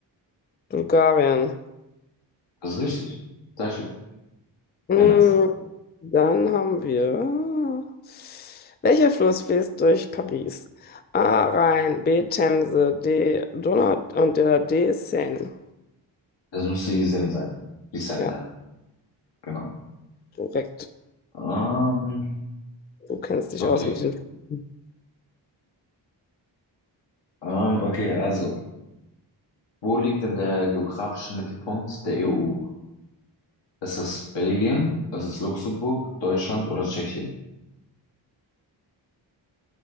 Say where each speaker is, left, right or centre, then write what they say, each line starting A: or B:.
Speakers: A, on the left; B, on the left.
A: Bulgarien.
B: Das ist richtig. Sehr schön.
A: Mm,
B: Sehr nice.
A: Dann haben wir. Welcher Fluss fließt durch Paris? A. Rhein, B. Themse, D. Donau und der D. Seine.
B: Das müsste die Sen sein. Die Sen,
A: Ja,
B: ja. Genau.
A: korrekt.
B: Ähm,
A: Du kennst dich
B: okay.
A: aus mit den. Flüssen
B: Ähm, okay, also. Wo liegt denn der geografische Mittelpunkt der EU? Ist es Belgien? Ist es Luxemburg, Deutschland oder Tschechien?